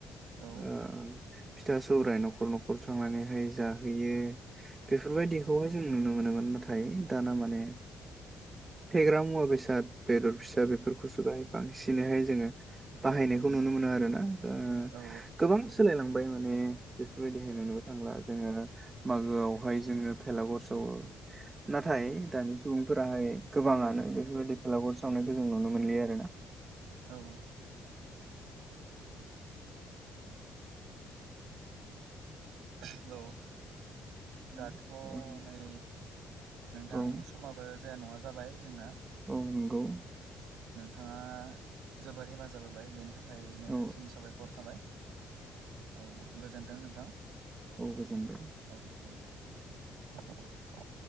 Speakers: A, on the right; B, on the right.
A: औ
B: ओ फिथा सौराय न'खर न'खर थांनानैहाय जाहोयो बेफोरबायदिखौहाय जों नुनो मो नोमोन नाथाय दाना माने
A: <inaudible>
B: फेग्रा मुवा बेसाद बेदर फिसा बेफोरखौसो बाहाय बांसिनैहाय जोंङो बाहायनायखौ नुनो मोनो आरो ना। ओ
A: औ
B: गोबां सोलायलांबाय माने बेफोरबायदिहाय नुबो थांला जोङो। मागोआवहाय जोङो भेलाघर सावो नाथाय दानि सुबुंफोराहाय गोबाङानो बेफोरबायदि भेलागुर सावनायखौ जों नुनो मोनलिया आरो ना।
A: औ। हेलौ
B: औ
A: दाथ' नै नोंथां
B: औ
A: समाबो जाया नङा जाबाय जोंना।
B: औ नंगौ।
A: थाङा जोबोर हेफाजाब होबाय बेनि थाख खाय नोंथांसिम
B: औ
A: साबायखर थाबाय औ गोजोन्थों नोंथां।
B: औ गोजोनबाय
A: औ औ।